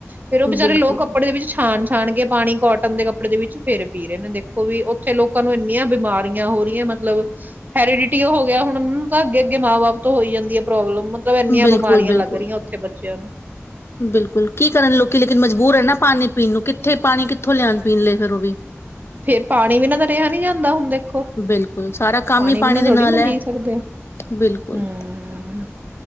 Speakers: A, on the right (about 40°); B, on the left (about 60°).
A: ਫੇਰ ਉਹ ਵਿਚੇਚਾਰੇ
B: ਬਿਲਕੁਲ
A: ਲੋਕ ਕੱਪੜੇ ਦੇ ਵਿੱਚ ਛਾਣ। ਛਾਣਗੇ ਪਾਣੀ ਕੋਟਨ ਦੇ ਕੱਪੜੇ ਦੇ ਵਿੱਚ ਫੇਰੇ ਪੀ ਰਹੇ ਨੇ ਦੇਖੋ ਵੀ ਉੱਥੇ ਲੋਕਾਂ ਨੂੰ ਇੰਨੀਆਂ ਬਿਮਾਰੀਆਂ ਹੋ ਰਹੀਆਂ ਮਤਲਬ ਹੈਰੀਡਿਟੀ ਹੋ ਗਿਆ ਹੁਣ ਤਾਂ ਅੱਗੇ ਅੱਗੇ ਮਾਂ ਬਾਪ ਤੋਂ ਹੋਈ ਜਾਂਦੀ ਹੈ ਪ੍ਰੋਬਲਮ। ਮਤਲਬ ਇੰਨੀਆਂ
B: ਬਿਲਕੁਲ
A: ਬਿਮਾਰੀਆਂ
B: ਬਿਲਕੁਲ
A: ਲੱਗ ਰਹੀਆਂ ਉੱਥੇ ਬੱਚਿਆਂ ਨੂੰ।
B: ਬਿਲਕੁਲ ਕੀ ਕਰਨ ਲੋਕੀ ਲੇਕਿਨ ਮਜਬੂਰ ਹੈ ਨਾ ਪਾਣੀ ਪੀਣ ਨੂੰ ਕਿੱਥੇ ਪਾਣੀ ਕਿੱਥੋਂ ਲਿਆਉਣ ਪੀਣ ਲਈ? ਫਿਰ ਉਹ ਵੀ।
A: ਫੇਰ ਪਾਣੀ ਬਿਨਾ ਤਾਂ ਰਿਹਾ ਨਹੀਂੀ ਜਾਂਦਾ ਹੁਣ ਦੇਖੋ
B: ਬਿਲਕੁਲ ਸਾਰਾ ਕੰਮ
A: ਪਾਣੀ
B: ਹੀ
A: ਵੀਿ ਨਾ
B: ਦੇ
A: ਥੋੜੀ
B: ਨਾਲ
A: ਨਾ
B: ਹੈ
A: ਜੀਅ ਸਕਦੇ ਹਮ।
B: ਬਿਲਕੁਲ